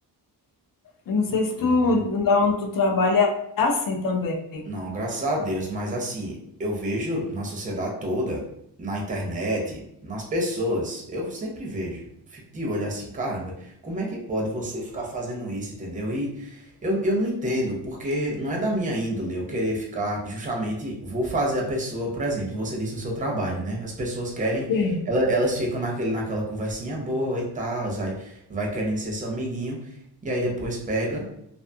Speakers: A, on the left; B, on the right.
A: Eu não sei se tu,
B: Não é?
A: lá onde tu trabalha, é assim também.
B: Não, graças a Deus, mas assim, eu vejo na sociedade toda, na internet, nas pessoas, eu sempre vejo. Fico de olho assim, caramba, como é que pode você ficar fazendo isso, entendeu? E eu, eu não entendo, porque não é da minha índole eu querer ficar justamente, vou fazer a pessoa, por exemplo, você disse no seu trabalho, né? As pessoas querem,
A: Sim.
B: ela- elas ficam naquele, naquela conversinha boa e tal, aí vai querendo ser seu amiguinho, e aí depois pega